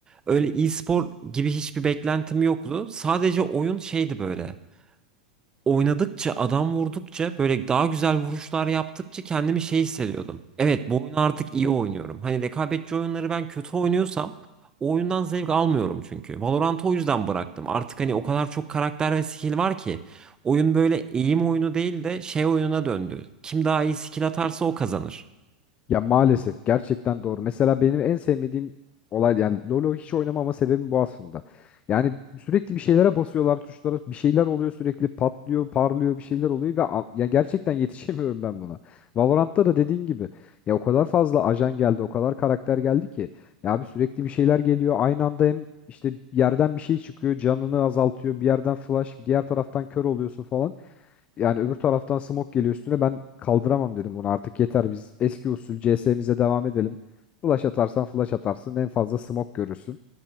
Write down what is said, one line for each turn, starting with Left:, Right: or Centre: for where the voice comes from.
Right: Öyle e-spor gibi hiçbir beklentim yoktu. Sadece oyun şeydi böyle. oynadıkça, adam vurdukça, böyle daha güzel vuruşlar yaptıkça kendimi şey hissediyordum. Evet, bu oyunu artık iyi oynuyorum. Hani rekabetçi oyunları ben kötü oynuyorsam o oyundan zevk almıyorum çünkü. Valorant'ı o yüzden bıraktım. Artık hani o kadar çok karakter ve skill var ki oyun böyle eğim oyunu değil de şey oyununa döndü. Kim daha iyi skill atarsa o kazanır.
Left: Ya maalesef gerçekten doğru. Mesela benim en sevmediğim olay yani LoL'ü hiç oynamama sebebim bu aslında. Yani sürekli bir şeylere basıyorlar tuşlara bir şeyler oluyor sürekli patlıyor parlıyor bir şeyler oluyor ve a- ya gerçekten <laughs> yetişemiyorum ben buna. Valorant'ta da dediğin gibi ya o kadar fazla ajan geldi o kadar karakter geldi ki ya abi sürekli bir şeyler geliyor aynı anda hem işte yerden bir şey çıkıyor canını azaltıyor bir yerden flash diğer taraftan kör oluyorsun falan. Yani öbür taraftan smoke geliyor üstüne. Ben kaldıramam dedim bunu. Artık yeter biz eski usul CS'mize devam edelim. Flash atarsan flash atarsın. En fazla smoke görürsün.